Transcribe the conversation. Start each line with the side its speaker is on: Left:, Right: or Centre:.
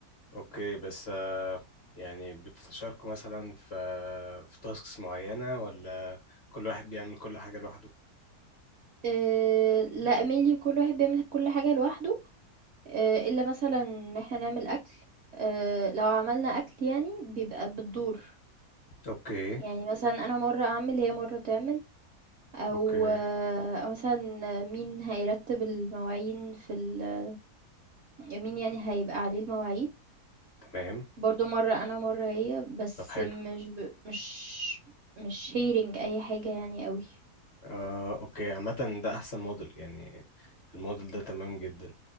Left: اوكي بس آه، يعني بتتشاركوا مثلا في في تاسكس معينة ولا كل واحد بيعمل كل حاجة لوحده؟
Right: أه لا ميلي كل واحد بيعمل كل حاجة لوحده أه إلا مثلا إن احنا نعمل أكل أه لو عملنا أكل يعني بيبقى بالدور
Left: اوكي
Right: يعني مثلا أنا مرة أعمل هي مرة تعمل أو
Left: اوكي
Right: آه، أو مثلا مين هيرتب المواعين في ال مين يعني هيبقى عليه المواعين
Left: تمام
Right: برضو مرة انا مرة هي بس
Left: طب حلو
Right: مش ب... مش مش هيرنج اي حاجة يعني قوي
Left: آه، اوكي عامة ده احسن موديل يعني الموديل ده تمام جدا